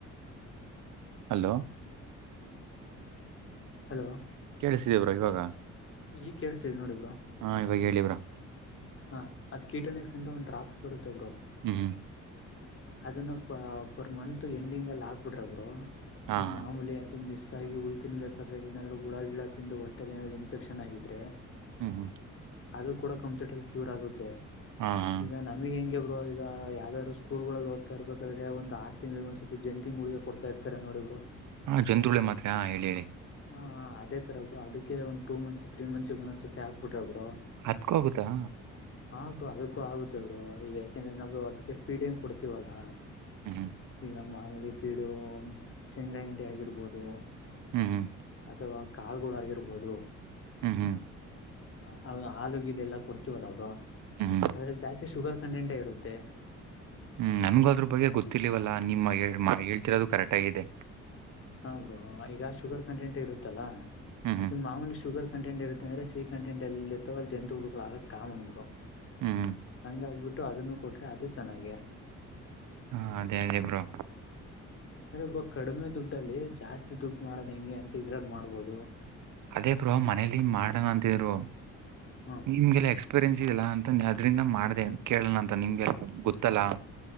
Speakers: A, on the right (about 80°); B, on the left (about 45°).
A: ಹಲೋ
B: ಹಲೋ
A: ಕೇಳಿಸ್ತಾ ಇದಿಯಾ ಬ್ರೋ ಇವಾಗ ಕೇಳಿಸ್ತಿದೆ
B: ಈಗ ನೋಡಿ ಬ್ರೋ
A: ಹೇಳು ಬ್ರೋ
B: ಹಾ ಅದ್ ಕೀಟಾಣಿಕ್ಸ್ ಎಂತ ಒಂದ ಡಾಪ್ಸ್ ಬರುತ್ತೆಬ್ರು
A: ಹ್ಮ್ ಹ್ಮ್
B: ಅದನ್ನ ಪ ಪರ್ ಮತ್ ಎಂಡಿಂಗ್ ಅಲ್ಲಿ ಆಗ್ಬಿಡ್ರಬ್ರು
A: ಹಾ
B: ಈಗ
A: ಹಾ
B: ಮಾಮೂಲಿ ಅದು ಮಿಸ್ ಹುಲ್ ತಿನ್ಬೇಕಾದ್ರೆ ಏನಾದ್ರು ಹುಳ ಗಿಡ ತಿಂದು ಒಟ್ಟೆ ಏನಾದ್ರರು ಇನ್ಫೆಕ್ಷನ್ ಆಗಿದ್ರೆ
A: ಹ್ಮ್ ಹ್ಮ್
B: ಅದು ಕೂಡ ಕಂಪ್ಯೂಟ ಅಲ್ಲಿ ಕ್ಯೂರ್ ಆಗುತ್ತೆ
A: ಹಾ ಹಾ
B: ಈಗ ನಮಗ್ ಹೆಂಗೆ ಬೋ ಈಗ ಯಾವ್ದಾದ್ರು ಸ್ಕೂಲ್ ಗಳಲ್ಲಿ ಹದ್ತಾ ಇರ್ಬೇಕಾದ್ರೆ ಒಂದ ಆರು ತಿಂಗಳಿಗೆ ಒಂದ್ ಸತಿ ಜನ್ ತಿಂಳಗ ಕೊಡ್ತಾ ಇರ್ತಾರೆ ನೋಡ ಇರು
A: ಹಾ ಜಂತ್ರುಗಳೇ ಮಾತ್ರ ಹ ಹೇಳಿ ಹೇಳಿ
B: ಹಾಅದೇ ತರಬ್ರು ಅದಕ್ಕೆ ಒಂದು ಮಂತ್ಸ್ ತ್ರೀ ಮಂತ್ ಸಿಗ ಒಂದ್ ಸ ಹಾಕ್ ಬಿಟ್ರೆಬ್ರು
A: ಹತ್ಕೋಗುತ್ತಾ
B: ಹಾರರು ಅದಕ್ಕೂ ಆಗುತ್ತೆ ಬರು ಇವ ಯಾಕೆಂದ್ರೆ ನಾವ್ದವು ಅದಕ್ಕೆ ಫೀಡ್ ಗ್ ಕೊಡ್ತತಿವಲ್ಲಾ
A: ಹ್ಮ್
B: ಈಗ ಮಾಮೂಲಿಫೀಡು ಶೇಂಗ್ರಾಹಿಂಡಿ ಆಗಿರ್ಬೋದು
A: ಹ್ಮ್ ಹ್ಮ್
B: ಅಥವಾ ಕಾಳಗಳುಗಿರ್ಬೋದು
A: ಹ್ಮ್ ಹ್ಮ್
B: ಹ ಹಲೂ ಗಿಲ್ ಎಲ್ಲಾ ಕೊಡ್ತೀವಲ್ಲ ಅವರು
A: ಹ್ಮ್ ಹ್ಮ್
B: ಅದ್ರಲ್ಲಿ ಜಾಸ್ತಿ ಶುಗರ್ ಕಂಟೆಂಟೇ ಇರುತ್ತೆ
A: ಹ್ಮ್ ನನ್ಗೂ ಅದ್ರ ಬಗ್ಗೆ ಗೊತ್ತಿಲವಲ್ಲಾ ನಿಮ್ಮ ಮಾ ಹೇಳ್ತಿರೋದು ಕರೆಕ್ಟ್ ಆಗಿದೆ
B: ಹ್ರೋ ಈಗ ಶುಗರ್ ಕಂಟೆಂಟ್ ಇರುತ್ತಲ್ಲಾ
A: ಹ್ಮ್ ಹ್ಮ್
B: ಈಮ ಮಾಮೂಲಿ ಶುಗರ್ ಕಂಟೆಂಟ್ ಇರುತ್ತ ಅ್ರೆ ಸಿ ಕಂಟ್ ಅಲ್ಲಿ ಇರ್ತವೆ ಅಲ್ಲಿ ಜಂತುಗಳುಗತ್ ಕಾಮನ್ ಬರು
A: ಹ್ಮ್
B: ಹಂಗಾಗಬಿಟ್ಟು ಅದನ್ನು ಕೊಟ್ರೆ ಅದು ಚೆನ್ನಾಗ
A: ಹಾ ಅದೇ ಅದೇ ಬ್ರೋ
B: ಅಂದ್ರೆ ಇಬ್ರು ಕಡಿಮೆ ದುಡ್ಡಲ್ಲಿ ಜಾಸ್ತಿ ದುಡ್ಡು ಮಾಡೋದ ಹೆಂಗೆ ಅಂತ ಇದ್ರಲ್ಲಿ ಮಾಡ್ಬೋದು
A: ಅದೇ ಬ್ರೋ ಮನೇಲಿನ್ ಮಾಡೋಣ ಅಂತಿದ್ರು
B: ಹ್ಮ
A: ನಿಮ್ಗೆಲ್ಲ ಎಕ್ಸ್ಪೀರಿಯನ್ಸ್ ಇಲ್ಲಾ ಅಂತ ಆದ್ರಿಂದ ಮಾಡಿದೆ ಕೇಳಣ ಅಂತ ನಿಮ್ಗೆ ಗೊತ್ತಲ್ಲ